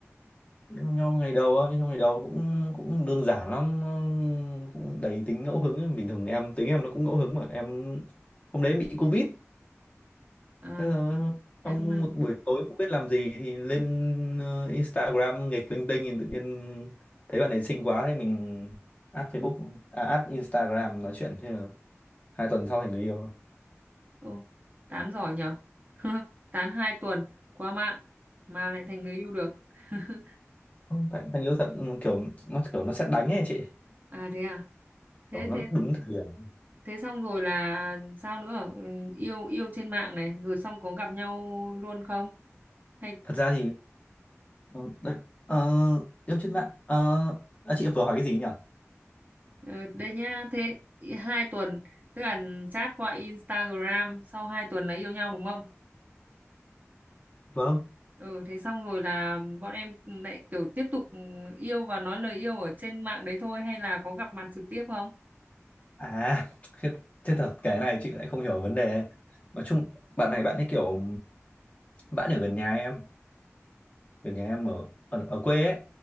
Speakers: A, on the left; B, on the right.
A: Yêu nhau ngày đầu á, yêu nhau ngày đầu cũng cũng đơn giản lắm, nó cũng đầy tính ngẫu hứng, bình thường em tính em nó cũng ngẫu hứng mà em hôm đấy em bị Covid
B: À,
A: Thế là trong
B: hai không hai
A: một buổi tối không biết làm gì thì lên ờ, Instagram nghịch linh tinh thì tự nhiên thấy bạn ấy xinh quá thì mình add Facebook à, add Instagram nói chuyện thế là hai tuần sau thành người yêu
B: Ô, tán giỏi nhở <laughs> tán hai tuần qua mạng mà lại thành người yêu được <laughs>
A: Ừ, thành, thành yêu thật ừ, kiểu nó kiểu nó sét đánh ấy chị
B: à thế à thế
A: kiểu nó
B: thế
A: đúng thời điểm
B: thế xong rồi là sao nữa ừ, yêu yêu trên mạng này rồi xong có gặp nhau luôn không hay
A: thật ra thì ờ, đấy, ờ, yêu trên mạng ờ, à, chị vừa hỏi cái gì nhỉ
B: ờ, đây nhá thế i- hai tuần tức là chat qua Instagram sau hai tuần là yêu nhau đúng không
A: vâng
B: ừ thế xong rồi là bọn em lại kiểu tiếp tục yêu và nói lời yêu ở trên mạng đấy thôi hay là có gặp mặt trực tiếp không
A: à <laughs> thế, thế thật cái này chị lại không hiểu vấn đề nói chung bạn này bạn ấy kiểu bạn ở gần nhà em ở nhà em ở ở, ở quê ấy